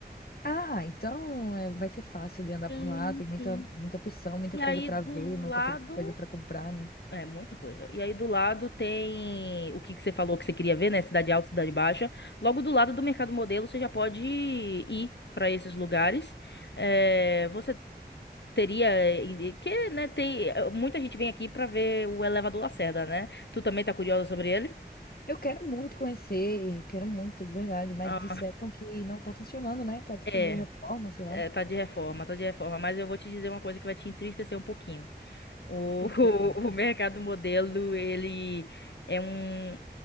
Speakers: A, on the left (about 60°); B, on the left (about 85°).
A: Ah, então é, vai ser fácil de andar
B: Sim,
A: por lá. Tem muita,
B: sim.
A: muita opção, muita
B: E
A: coisa
B: aí
A: para
B: do
A: ver, muita
B: lado.
A: pe- coisa para comprar, né?
B: É, muita coisa. E aí do lado tem o que que você falou que você queria ver, né? Cidade Alta, Cidade Baixa. Logo do lado do Mercado Modelo, você já pode ir para esses lugares. É, você Teria, eh, que, né, tem, eh, muita gente vem aqui pra ver o Elevador Lacerda, né? Tu também tá curioso sobre ele?
A: Eu quero muito conhecer, eu quero muito, de verdade. Mas
B: Ah,
A: disseram que não tá funcionando, né? Tá tipo
B: é,
A: de reforma, sei lá.
B: é, tá de reforma, tá de reforma, mas eu vou te dizer uma coisa que vai te entristecer um pouquinho. O,
A: Por
B: <laughs>
A: quê?
B: o, mercado modelo, ele é um